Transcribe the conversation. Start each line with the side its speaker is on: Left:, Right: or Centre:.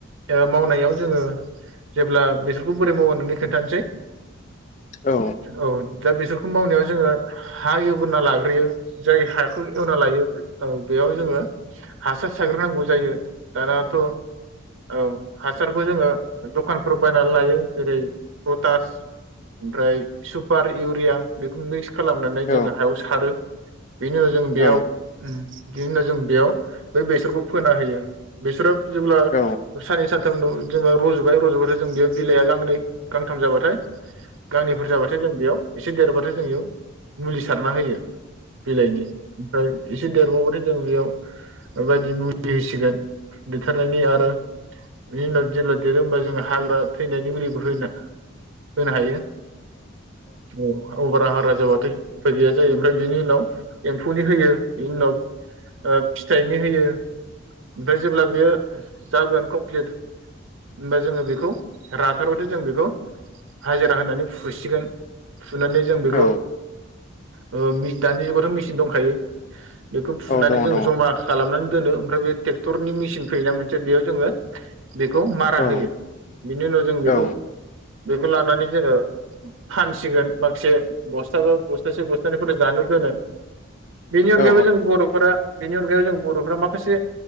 Right: ओ मावनायाव जोङो जेब्ला बेसरखौ बोरै मावो नोंनो खोन्थानोसै
Left: औ
Right: औ दा बेसरखौ मावनायाव जोङो हा एव गोरना लाग्रोयो जाय हाखौ एवना लायो औ बेयाव जोङो हासार सारग्रोनांगौ जायो दाना थ' औ हासारखौ जोङो दखानफ्राव बायनानै लायो जेरै पटास ओमफ्राय सुपार, इउरिया बेखौ मिक्स खालामनानै
Left: औ
Right: जोङो हायाव सारो बेनि उनाव जों
Left: औ
Right: बेयाव बिदिनो जों बेयाव बै बेसरखौ फोना होयो बेसरा जेब्ला
Left: औ
Right: साननै सानथामल' जोङो रज'बाय रज'बाथाय जों बेयाव बिलाइआ गांनै गांथाम जाबाथाय गांनैफोर जों बेयाव एसे देरबाथाय जों बेयाव मुलि सारना होयो बिलाइनि ओमफ्राय एसे देरबावबाथाय जों बेयाव बे बायदि मुलि होसिगोन देरथारनायनि आरो बिनि उनाव जेब्ला देरो होमबा जोङो हाग्रा थैनायनि मुलिबो होनो हायो। औ औ बारा जाबाथाय उफाय गैया जायो ओमफ्राय बिनि उनाव एम्फौनि होयो बिनि उनाव ओ फिथाइनि होयो ओमफाय जेब्ला बेयो जागोन कमप्लिट होमबा जोङो बेखौ राथारबाथाय जों बेखौ हाजिरा होनानै फुसिगोन। फुनानै जों बेखौ
Left: औ
Right: ओ मि दानि जुगावथ' मेचिन दंखायो। बेखौ फुनानै
Left: औ दङ
Right: जोंङो
Left: दङ
Right: जमा खालामनानै दोनो ओमफ्राय बे ट्रेक्टरनि मेसिन फैयोना मोनसे बेयाव जोङो बेखौ मारा
Left: औ
Right: होयो बिनि उनाव जों बेखौ
Left: औ
Right: बेखौ लानानै जोङो फानसिगोन माखासे बस्थाबा बस्थासे बस्थानैफोरखो जानो दोनो। बेनि अनगायैबो
Left: औ
Right: जों बर'फोरा बेनि अनगायै जों बर'फोरा माखासे